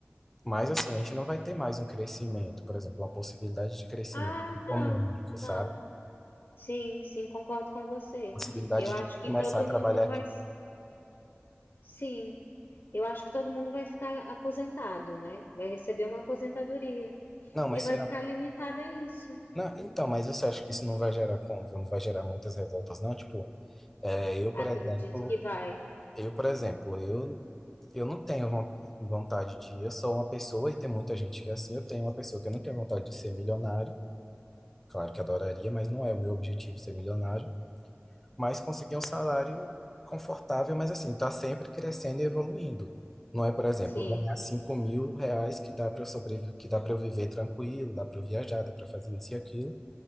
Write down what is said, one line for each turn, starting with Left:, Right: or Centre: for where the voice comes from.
Centre: Mas, assim, a gente não vai ter mais um crescimento, por exemplo, uma possibilidade de crescimento
Left: Ah, não,
Centre: econômico, sabe?
Left: não. Sim, sim, concordo com você.
Centre: Possibilidade
Left: Eu acho
Centre: de
Left: que
Centre: começar
Left: todo
Centre: a trabalhar
Left: mundo
Centre: aqui
Left: vai. Sim, eu acho que todo mundo vai ficar aposentado, né? Vai receber uma aposentadoria
Centre: Não, mas
Left: e vai
Centre: será.
Left: ficar limitado a isso.
Centre: Não, então, mas você acha que isso não vai gerar como? Não vai gerar muitas revoltas, não? Tipo, é, eu, por
Left: Acredito
Centre: exemplo,
Left: que vai.
Centre: eu, por exemplo, eu, eu não tenho von- vontade de. Eu sou uma pessoa e tem muita gente que é assim. Eu tenho uma pessoa que eu não tenho vontade de ser milionário. Claro que adoraria, mas não é o meu objetivo ser milionário. Mas conseguir um salário confortável, mas assim, tá sempre crescendo e evoluindo. Não é, por exemplo,
Left: Sim,
Centre: ganhar cinco mil reais que dá para eu sobreviver, que dá para eu viver tranquilo, dá para eu viajar, dá para fazer isso e aquilo.